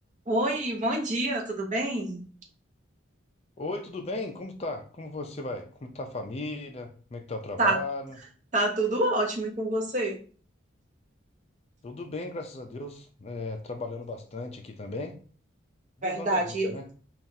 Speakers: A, on the right; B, on the left.
A: Oi, bom dia, tudo bem?
B: Oi, tudo bem? Como tá? Como você vai? Como tá a família? Como é que tá o trabalho?
A: Tá, tá tudo ótimo e com você?
B: Tudo bem, graças a Deus. É, trabalhando bastante aqui também. Levando
A: Verdade,
B: a vida,
A: eu,
B: né?